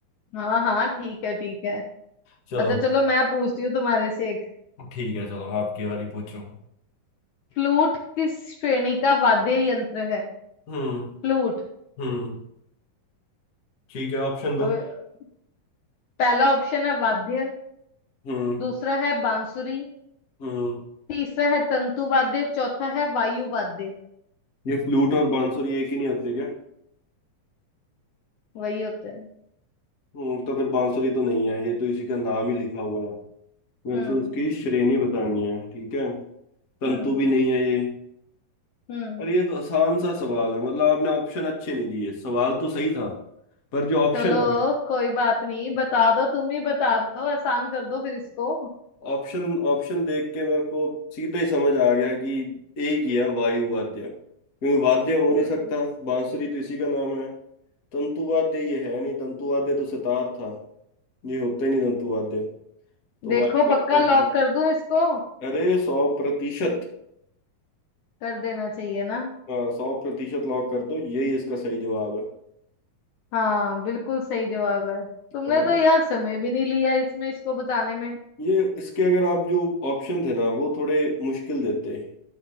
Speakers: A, on the left; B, on the left.
A: हाँ हाँ ठीक है ठीक है
B: चलो
A: अच्छा चलो मैं पूछती हूँ तुम्हारे से एक
B: ठीक है चलो आपकी बारी पूछो
A: फ्लूट किस श्रेणी का वाद्य यंत्र है
B: हम्म
A: फ्लूट
B: हम्म ठीक है ऑप्शन दो
A: अब पहला ऑप्शन है वाद्य
B: हम्म
A: दूसरा है बांसुरी
B: हम्म
A: तीसरा है तंतु वाद्य चौथा है वायु वाद्य
B: ये फ्लूट और बांसुरी एक ही नहीं होते क्या
A: वही होते हैं
B: हम्म तो फिर बांसुरी तो नहीं है ये तो इसी का नाम ही लिखा हुआ है मेरे
A: हम्म
B: को उसकी श्रेणी बतानी है ठीक है तंतु
A: हम्म
B: भी नहीं है ये
A: हम्म
B: और ये तो आसान सा सवाल है मतलब आपने ऑप्शन अच्छे नहीं दिए सवाल तो सही था पर जो ऑप्शन
A: चलो
B: है ना
A: कोई बात नहीं बता दो तुम ही बता दो आसान कर दो फिर इसको
B: ऑप्शन ऑप्शन देख के मेरे को सीधा ही समझ आ गया कि एक ही है वायु वाद्य क्योंकि वाद्य हो
A: हम्म,
B: नहीं सकता बांसुरी तो इसी का नाम है तंतु वाद्य ये है नहीं तंतु वाद्य तो सितार था ये होता ही नहीं तंतु वाद्य तो
A: देखो
B: भाई बोलते
A: पक्का लॉक
B: हैं,
A: कर दूं इसको
B: अरे सौ प्रतिशत
A: कर देना चाहिए ना
B: हाँ सौ प्रतिशत लॉक कर दो यही इसका सही जवाब है
A: हाँ बिल्कुल सही जवाब है
B: पर
A: तुमने तो यार समय भी नहीं लिया इसमें इसको बताने में
B: ये इसके अगर आप जो ऑप्शन थे ना वो थोड़े मुश्किल देते